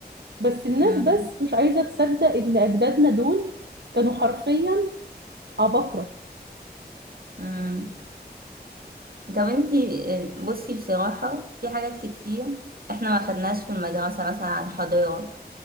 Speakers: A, on the right; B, on the right.
A: بس الناس
B: مم.
A: بس مش عايزة تصدق إن أجدادنا دول كانوا حرفيا عباقرة
B: مم. طب انت بصي بصراحة في حاجات كتير احنا ما خدناش في المدرسة مثلا عن حضارة